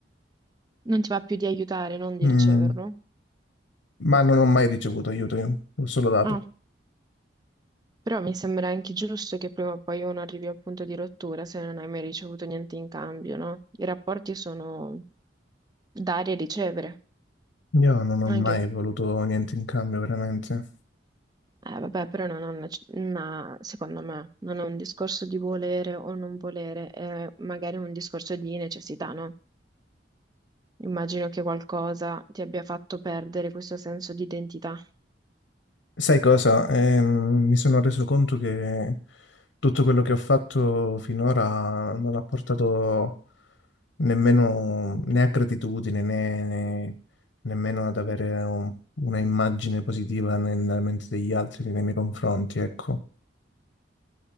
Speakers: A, on the right; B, on the left.
A: non ti va più di aiutare, non di
B: Mm,
A: riceverlo?
B: ma non ho mai ricevuto aiuto io, l'ho solo dato.
A: Ah, però mi sembra anche giusto che prima o poi uno arrivi al punto di rottura se non hai mai ricevuto niente in cambio, no? I rapporti sono dare e ricevere,
B: Io non ho
A: anche
B: mai voluto niente in cambio, veramente.
A: Eh, vabbè, però non è una, una- secondo me, non è un discorso di volere o non volere, è magari un discorso di necessità, no? Immagino che qualcosa ti abbia fatto perdere questo senso di identità.
B: Sai cosa? Ehm, mi sono reso conto che tutto quello che ho fatto finora non ha portato nemmeno né a gratitudine né, né- nemmeno ad avere un- una immagine positiva nel- nella mente degli altri nei miei confronti, ecco.